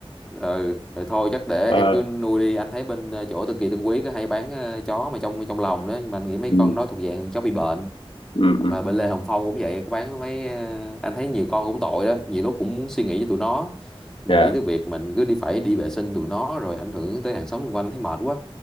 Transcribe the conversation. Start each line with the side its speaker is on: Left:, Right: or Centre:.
Centre: ừ rồi thôi chắc để
Left: Ờ,
Centre: em cứ nuôi đi anh thấy bên ờ, chỗ Tân Kỳ Tân Quý có hay bán ờ, chó mà trong trong lồng đó nhưng mà anh nghĩ mấy
Left: ừ
Centre: con đó thuộc dạng chó bị bệnh
Left: ừ
Centre: hoặc
Left: ừ.
Centre: là bên Lê Hồng Phong cũng vậy có bán mấy ờ, anh thấy nhiều con cũng tội đó nhiều lúc cũng muốn suy nghĩ cho tụi nó mà
Left: dạ
Centre: nghĩ tới việc mình cứ đi phải đi vệ sinh tụi nó rồi ảnh hưởng tới hàng xóm xung quanh thấy mệt quá